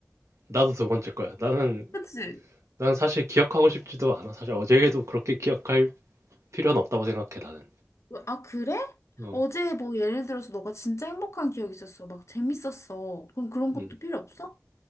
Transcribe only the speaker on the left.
그치?
아, 그래?
어제 뭐 예를 들어서 너가 진짜 행복한 기억이 있었어. 막 재밌었어. 그럼 그런
것도 필요 없어?